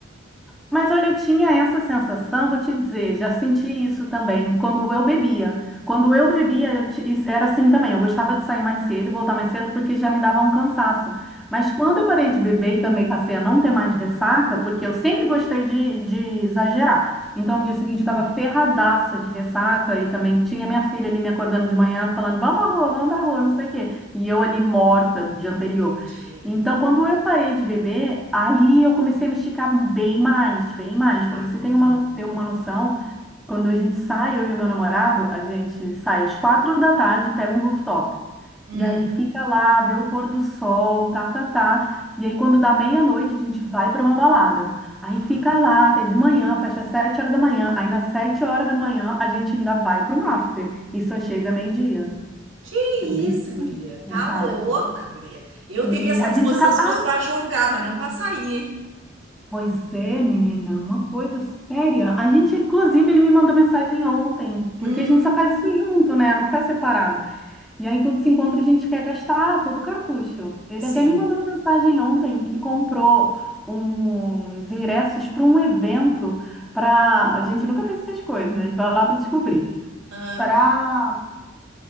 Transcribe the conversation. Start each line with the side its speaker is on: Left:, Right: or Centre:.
Centre: Mas olha, eu tinha essa sensação, vou te dizer, já senti isso também quando eu bebia. Quando eu bebia, eu ti- isso era assim também. Eu gostava de sair mais cedo e voltar mais cedo porque já me dava um cansaço. Mas quando eu parei de beber e também passei a não ter mais ressaca, porque eu sempre gostei de, de exagerar. Então, no dia seguinte,
Right: Hum,
Centre: estava ferradaça de ressaca e também tinha minha filha ali me acordando de manhã falando: vamos pra rua, vamos pra rua, não sei o quê. E eu ali morta do dia anterior.
Right: entendi.
Centre: Então, quando eu parei de beber, aí eu comecei a me esticar bem mais, bem mais. Para
Right: Ah,
Centre: você ter
Right: hum.
Centre: uma, no- ter uma noção, quando a gente sai, eu e o meu namorado, a gente sai às quatro da tarde, pega um rooftop.
Right: hum.
Centre: E aí fica
Right: Hum,
Centre: lá, vê o pôr do sol, tá, tá, tá. E aí quando dá meia-noite, a gente vai para uma balada. Aí
Right: Ah.
Centre: fica lá até de manhã, fecha às sete horas da manhã. Aí nas sete horas da manhã, a gente ainda vai para um after. E só chega meio-dia.
Right: Que
Centre: É bem...
Right: isso, guria?
Centre: Ótimo,
Right: Tá
Centre: Cara,
Right: louca, guria. Eu
Centre: sim,
Right: teria essa
Centre: a
Right: disposição
Centre: gente acaba.
Right: se fosse pra jogar, mas não pra sair.
Centre: Pois é, menina, uma coisa séria. A gente, inclusive, ele me mandou mensagem ontem, porque
Right: Hum,
Centre: a gente só faz isso junto, né? Não faz separado. E aí, quando se encontra, a gente quer gastar todo o cartucho. Ele
Right: sim.
Centre: até me mandou uma mensagem ontem que comprou uns ingressos para um evento para. A gente nunca fez essas coisas, né? A gente vai lá para descobrir.
Right: Ah,
Centre: Para